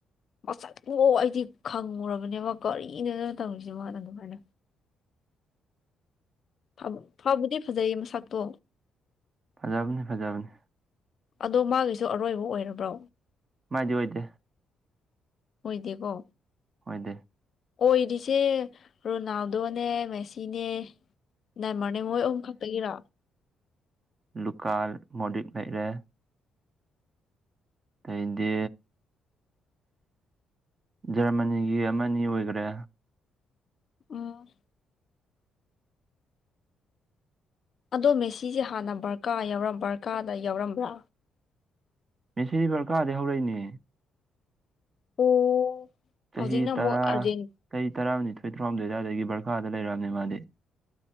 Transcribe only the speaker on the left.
ꯃꯁꯛ <unintelligible> ꯑꯩꯗꯤ ꯈꯪꯉꯨꯔꯕꯅꯦꯕ ꯀꯔꯤꯅꯣꯗ ꯇꯧꯔꯤꯁꯤꯕꯣꯅ ꯑꯗꯨꯃꯥꯏꯅ ꯐ ꯐꯕꯨꯗꯤ ꯐꯖꯩ ꯃꯁꯛꯇꯣ
ꯑꯗꯣ ꯃꯥꯒꯤꯁꯨ ꯑꯔꯣꯏꯕ ꯑꯣꯏꯔꯕ꯭ꯔꯣ
ꯑꯣꯏꯗꯦꯀꯣ
ꯑꯣꯏꯔꯤꯁꯦ ꯔꯣꯅꯥꯜꯗꯣꯅꯦ ꯃꯦꯁꯤꯅꯦ ꯅꯦꯃꯥꯔꯅꯦ ꯃꯣꯏ ꯑꯍꯨꯝ ꯈꯛꯇꯒꯤꯔꯣ
ꯎꯝ ꯑꯗꯣ ꯃꯦꯁꯤꯖꯦ ꯍꯥꯟꯅ ꯕꯔꯀꯥ ꯌꯥꯎꯔꯝ ꯕꯔꯀꯥꯗ ꯌꯥꯎꯔꯝꯕ꯭ꯔꯥ
ꯑꯣ
ꯍꯧꯖꯤꯛꯅ ꯑꯃꯨꯛ
ꯑꯥꯔꯖꯦꯟ